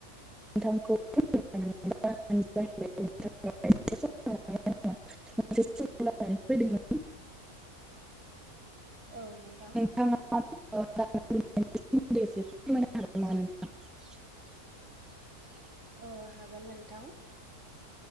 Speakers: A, in the centre; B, on the right.
A: <unintelligible> <unintelligible>
B: औव नोंथां।
A: <unintelligible> <unintelligible>
B: औ हागोन नोंथां,